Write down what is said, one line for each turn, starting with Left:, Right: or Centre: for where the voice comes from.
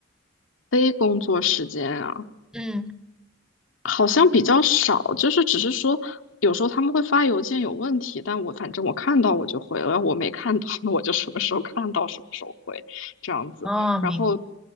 Left: 非工作时间啊，
Centre: 嗯，
Left: 好像比较少，就是只是说有时候他们会发邮件有问题，但我反正我看到我就回了，我没看到那我就什么时候看到什么时候回这样子。
Centre: 哦，
Left: 然后，
Centre: 明，